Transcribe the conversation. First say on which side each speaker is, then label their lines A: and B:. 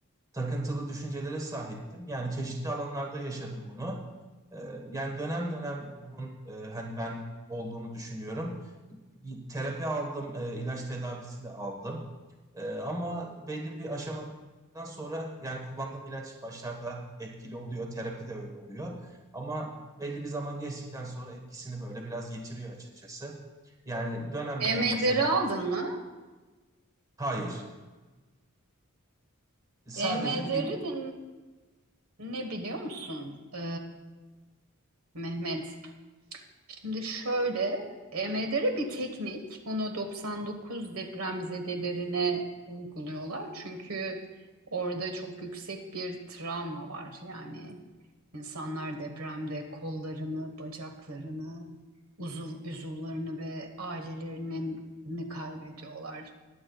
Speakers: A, on the right; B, on the right.
A: Takıntılı düşüncelere sahiptim. Yani çeşitli alanlarda yaşadım bunu. E, Yani dönem dönem bunun e, hani ben olduğunu düşünüyorum. Y- Terapi aldım, e, ilaç tedavisi de aldım. Ee, ama belli bir aşamadan sonra yani kullandığım ilaç başlarda etkili oluyor, terapi de öyle oluyor. Ama belli bir zaman geçtikten sonra etkisini böyle biraz yitiriyor açıkçası. Yani dönem dönem
B: EMDR'i
A: mesela
B: aldın mı?
A: hayır, sadece
B: EMDR'i
A: bir
B: de ne biliyor musun? E, Mehmet. Şimdi şöyle, EMDR bir teknik. Bunu 99 depremzedelerine uyguluyorlar. Çünkü orada çok yüksek bir travma var. Yani insanlar depremde kollarını, bacaklarını, uzuv, uzuvlarını ve ailelerini kaybediyorlar.